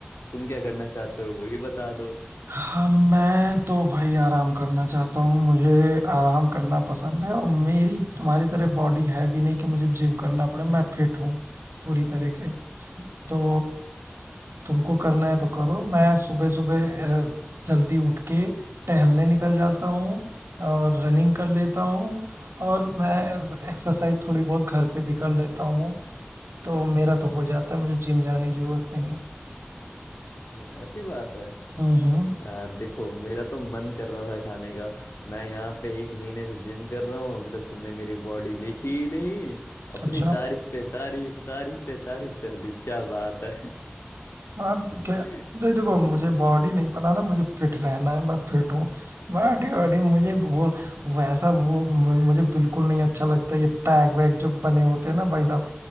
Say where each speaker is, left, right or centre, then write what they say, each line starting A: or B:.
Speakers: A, on the left; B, on the right.
A: तुम क्या करना चाहते हो वही बता दो
B: हाँ मैं तो भाई आराम करना चाहता हूँ मुझे आराम करना पसंद है और मेरी तुम्हारी तरह बॉडी है भी नहीं कि मुझे जिम करना पड़े मैं फिट हूँ पूरी तरह के तो तुमको करना है तो करो मैं सुबह सुबह अ, जल्दी उठ के
A: हम्म,
B: टहलने निकल जाता हूँ और रनिंग कर
A: हम्म,
B: लेता हूँ और मैं एक्सरसाइज थोड़ी बहुत घर पे भी कर लेता हूँ तो मेरा तो हो जाता है मुझे जिम जाने की जरूरत नहीं है
A: हम्म, ऐसी बात है
B: हम्म हम्म
A: यार देखो मेरा तो मन कर रहा था खाने का मैं यहाँ पे एक महीने से जिम कर रहा हूँ अभी तक तुमने मेरी बॉडी देखी ही नहीं अपनी
B: अच्छा
A: तारीफ पे तारीफ तारीफ पे तारीफ कर दी क्या बात है
B: आप क्या
A: <laughs>
B: नहीं देखो मुझे बॉडी नहीं पता ना मुझे फिट रहना है मैं फिट हूँ बॉडी बॉडी
A: हम्म,
B: मुझे वो वैसा वो मु- मुझे बिल्कुल नहीं अच्छा लगता ये पैक वैक जो बने होते हैं ना भाई साहब